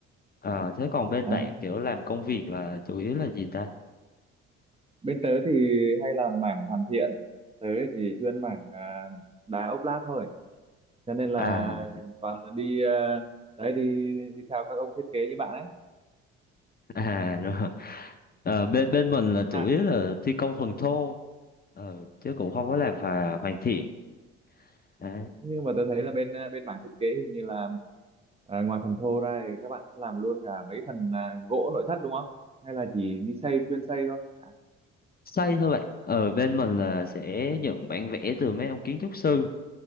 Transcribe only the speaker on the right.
à.
Bên tớ thì hay làm mảng hoàn thiện. Tớ thì chuyên mảng à, đá ốp lát thôi. Cho nên là
toàn là đi à, đấy đi đi theo các ông thiết kế như bạn ấy.
Không
à?
nhưng mà tôi thấy là bên à, bên mảng thiết kế hình như là à, ngoài phần thô ra thì các bạn cũng làm luôn cả mấy phần à, gỗ nội thất đúng không hay là chỉ đi xây chuyên xây thôi à,